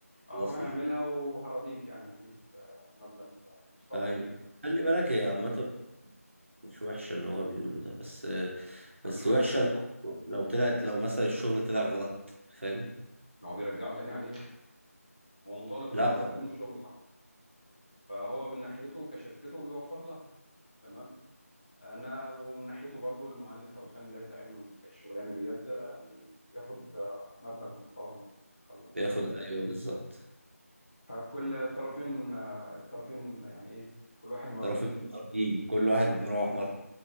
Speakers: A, on the right; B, on the left.
A: خلاص
B: اروح اعملها
A: دي
B: وهرضيك يعني هديك مبلغ محترم
A: ايوه خلي بالك هي عامه مش وحشة اللي هو بيقوله ده بس بس
B: يعني مش وحش
A: وحشة لو لو طلعت لو مثلا الشغل طلع غلط فاهم
B: هو بيرجعه تاني عليه هو مطالب ان
A: لا
B: هو يسلمه
A: هو
B: الشغل صح فهو من ناحيته كشركته بيوفر لها تمام انا ومن ناحيته برضو المهندس او الفني اللي هيطلع يعمل المش- الشغلانه ديت ده يعني بياخد آه، مبلغ محترم يعني خلص
A: بياخد ايوه بالظبط
B: فكل الطرفين آه، الطرفين يعني ايه كل واحد مرضي
A: طرفين مقابلين كل واحد
B: آه،
A: مروح مرة